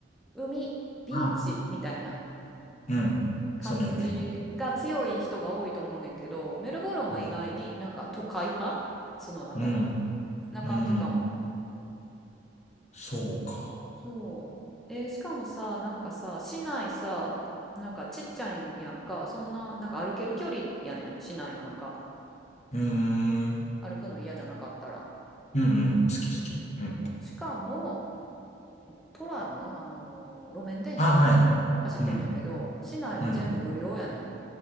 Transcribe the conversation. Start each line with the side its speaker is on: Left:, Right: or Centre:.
Centre: 海、ビーチみたいな
Left: あ、うん。
Centre: 感じが強い人が多いと思うねんけど、
Left: そのイメージ。
Centre: メルボルンは意外になんか都会派その中でも。
Left: うん。うん。
Centre: な感じかも。
Left: うんそうか。
Centre: そう。えーしかもさ、なんかさ、市内さ、なんかちっちゃいんやんか、そんな、なんか歩ける距離やねん、市内の中。
Left: うーん。うん
Centre: 歩くの嫌じゃなかったら。
Left: うん。好き好き。うん。
Centre: そう。しかも、トラム、あのー路面電車か。
Left: あ、はいはい。
Centre: 走ってんやけど、
Left: うん。
Centre: 市内は全部無料やねん。
Left: うん。